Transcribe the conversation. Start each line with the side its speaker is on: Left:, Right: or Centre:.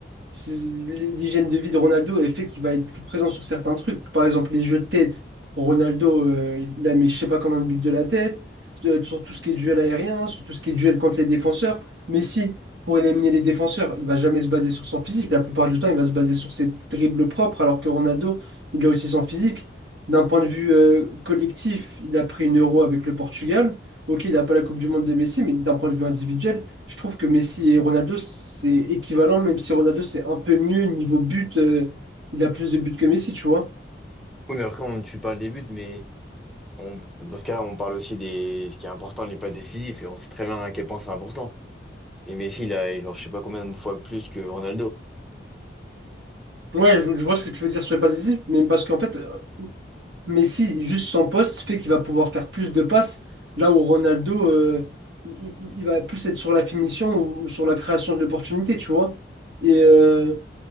Right: c'est- L'hygiène de vie de Ronaldo, elle fait qu'il va être plus présent sur certains trucs. Par exemple, les jeux de tête. Ronaldo, euh, il a mis je sais pas combien de buts de la tête, euh, sur tout ce qui est duel aérien, sur tout ce qui est duel contre les défenseurs. Mais si, pour éliminer les défenseurs, il va jamais se baser sur son physique. La plupart du temps, il va se baser sur ses dribbles propres, alors que Ronaldo, il a aussi son physique. D'un point de vue euh, collectif, il a pris une euro avec le Portugal. Ok, il n'a pas la Coupe du Monde de Messi, mais d'un point de vue individuel, je trouve que Messi et Ronaldo, c'est équivalent, même si Ronaldo, c'est un peu mieux niveau but. euh, il a plus de buts que Messi, tu vois.
Centre: Oui, mais après, on, tu parles des buts, mais on- dans ce cas-là, on parle aussi des ce qui est important n'est pas décisif. Et on sait très bien à quel point c'est important. Et Messi, il a, genre, je sais pas combien de fois plus que Ronaldo.
Right: Ouais, je, je vois ce que tu veux dire sur les passes décisives, mais parce qu'en fait, euh, Messi, juste son poste, fait qu'il va pouvoir faire plus de passes, là où Ronaldo, euh, il, il- il va plus être sur la finition ou, ou sur la création de l'opportunité, tu vois. Et, euh,